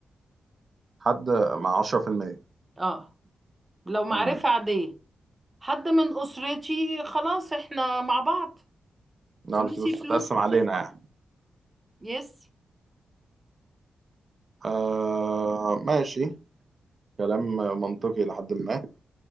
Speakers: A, on the right; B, on the right.
A: حد مع 10%
B: اه لو معرفة
A: امم
B: عادية حد من أسرتي خلاص احنا مع بعض
A: لا
B: فلوسي
A: الفلوس تتقسم
B: فلوسه
A: علينا يعني
B: يس
A: آه ماشي كلام منطقي لحد ما